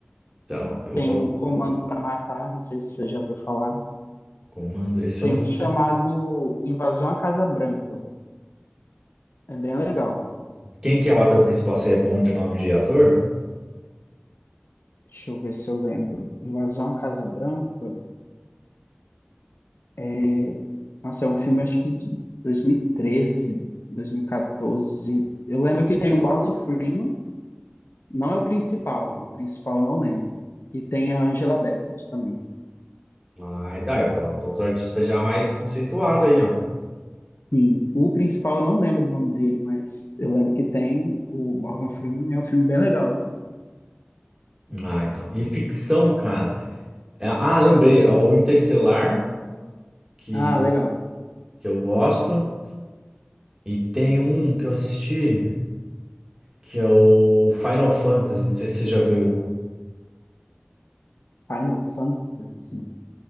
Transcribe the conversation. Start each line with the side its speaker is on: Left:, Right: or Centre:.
Right: Então, eu
Left: Tem
Right: gosto.
Left: o Comando para Matar, não sei se você já ouviu falar.
Right: Comando, esse
Left: Tem
Right: eu não
Left: um
Right: sei.
Left: chamado Invasão à Casa Branca. É bem legal.
Right: Quem que é o ator principal? Você é bom de nome de ator?
Left: Deixa eu ver se eu lembro. Invasão à Casa Branca. é, Nossa, é um filme acho que de 2013, 2014. Eu lembro que tem o Morgan Freeman. Não é o principal. O principal eu não lembro. E tem a Angela Bassett também.
Right: Ah, tá, é, pronto. Então, os artistas já mais conceituados aí, ó.
Left: Sim, o principal eu não lembro o nome dele, mas eu lembro que tem o Morgan Freeman. É um filme bem legal. assim.
Right: Ah, então. E ficção, cara. É- Ah, lembrei, ó, o Interestelar, que,
Left: Ah, legal.
Right: que eu gosto. E tem um que eu assisti, que é o Final Fantasy, não sei se você já viu.
Left: Final Fantasy.